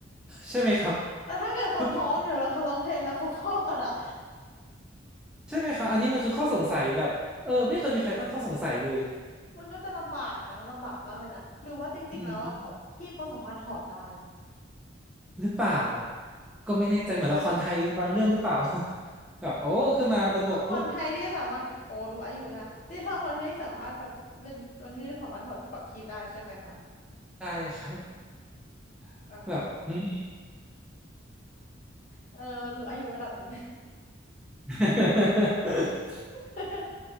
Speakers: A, in the centre; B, on the left.
A: ใช่ไหมครับ
B: แต่ถ้าเกิดเขาท้องอยู่แล้วเขาร้องเพลงแล้วเขาคลอดอ่ะ
A: หรือเปล่าใช่ไหมครับอันนี้มันคือข้อสงสัยแบบเออไม่เคยมีใครตั้งข้อสงสัยเลย
B: <laughs> มันก็จะลำบากนะลำบากมากเลยนะหรือว่าจริงๆแล้วอะเขาคีบเขาสามารถถอดได้
A: อืมหรือเปล่าก็ไม่แน่ใจเหมือนละครไทยบางเรื่องหรือเปล่า <laughs> แบบโอ้ขึ้นมาบนบกปุ๊บ
B: แล้วคนไทยที่สามารถโอ้รู้อายุนะที่เราคนไทยที่สามารถแบบเป็นมันเงื่อนของมันถอดถอดคีบได้ใช่ไหมคะ
A: ใช่ครับ <laughs>
B: อ๋อ
A: แบบอืม
B: เออรู้อายุระดับหนึ่ง
A: <laughs>
B: <laughs>